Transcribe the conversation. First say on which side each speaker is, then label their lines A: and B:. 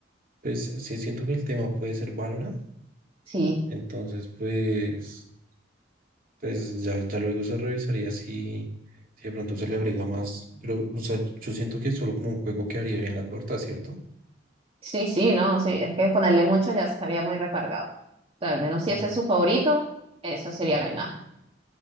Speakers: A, on the right (about 50°); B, on the right (about 30°).
A: pues, sí siento que el tema puede ser Valorant.
B: Sí,
A: Entonces, pues, pues ya, ya luego se revisaría si, si de pronto se le agrega más. Pero, o sea, yo siento que solo con un juego quedaría bien la torta, ¿cierto?
B: sí, sí, no, sí, es que ponerle mucho ya estaría muy recargado. O sea, al menos si
A: Mm.
B: ese es su favorito, esa sería la imagen.